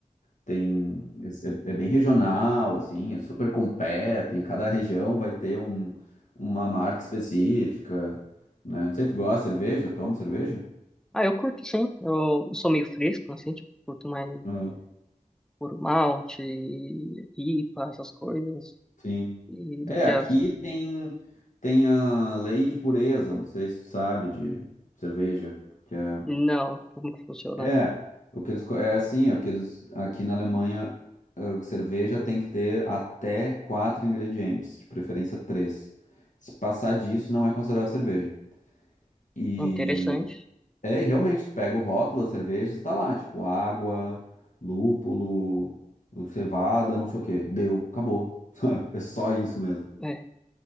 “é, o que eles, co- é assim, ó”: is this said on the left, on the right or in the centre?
Left